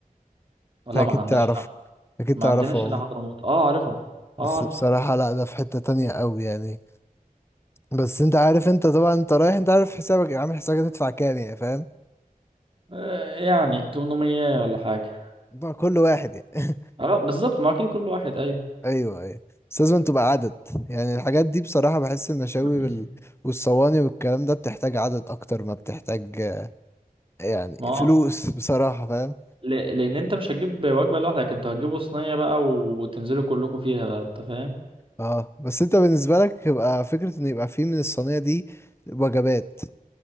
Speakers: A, on the left; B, on the right.
A: انت
B: لا
A: اكيد
B: ما عندناش
A: تعرفه اكيد
B: ما
A: تعرفه
B: عندناش
A: عمو
B: هنا حضرموت اه عارفها
A: بس
B: اه عارف
A: بصراحه لا ده في حته تانية قوي يعني بس انت عارف انت طبعا انت رايح انت عارف حسابك عامل حسابك هتدفع كام يعني فاهم
B: آه يعني 800 ولا حاجة
A: بقى كل واحد يعني
B: اه بالظبط ما اكيد كل واحد ايوه
A: ايوه ايوه بس لازم تبقى عدد يعني الحاجات دي بصراحة بحس المشاوي
B: <clears throat>
A: وال... والصواني والكلام ده بتحتاج عدد اكتر ما بتحتاج آه، يعني
B: ما هو
A: فلوس بصراحة فاهم
B: ل- لان انت مش هتجيب وجبه لوحدك انتوا هتجيبوا صينيه بقى وتنزلوا كلكم فيها بقى انت فاهم
A: اه بس انت بالنسبة لك يبقى فكرة ان يبقى فيه من الصينية دي وجبات